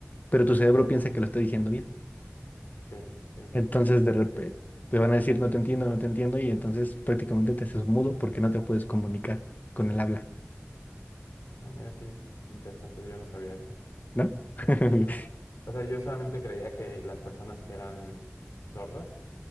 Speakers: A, on the left; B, on the left.
A: pero tu cerebro piensa que lo está diciendo bien.
B: sí, sí, sí,
A: Entonces
B: sí, tiene
A: de
B: sentido.
A: repente te van a decir no te entiendo, no te entiendo y entonces prácticamente te haces mudo porque no te puedes comunicar con el habla.
B: Ah, mira qué interesante, yo no sabía esto.
A: ¿No? <laughs>
B: No. O sea, yo solamente creía que las personas que eran sordas,